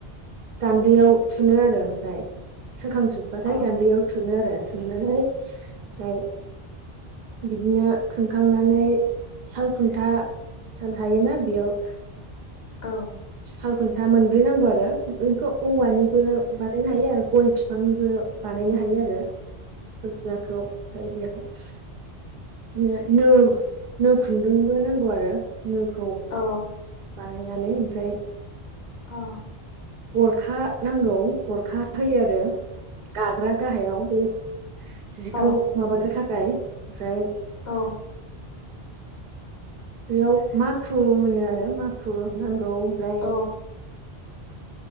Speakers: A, on the right; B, on the left.
A: गान्दैयाव थुनो आरो ओमफ्राय सोंखांजोबबाथाय
B: औ
A: गान्दैयाव
B: औ
A: थुनो आरो बुथुमनानै ओमफ्राय बिदिनो थुनखांनानै साल खुन्था थोर थायोना बियाव
B: औ
A: साल खुन्था मोनब्रै नांगौ आरो बेखौ औवानिबो बानायनो हायो आरो गय बिफांनिबो बानायनो हायो आरो खुनथियाखौ ओमफ्राय बे नो नो नो खुन्दुंबो नांगौ आरो नो
B: औ।
A: बानायनानै ओमफ्राय
B: अ
A: गरखा नांगौ गरखा होयो आरो गाग्रा गाहायाव बे जिखौ
B: औ
A: माबानो थाखाय ओमफ्राय
B: औ
A: बेयाव माखु होनो आरो माखु नांगौ ओमफ्राय
B: औ